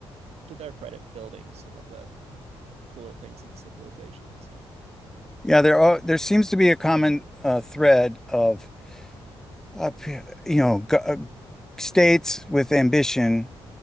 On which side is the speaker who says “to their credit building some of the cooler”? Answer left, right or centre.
Right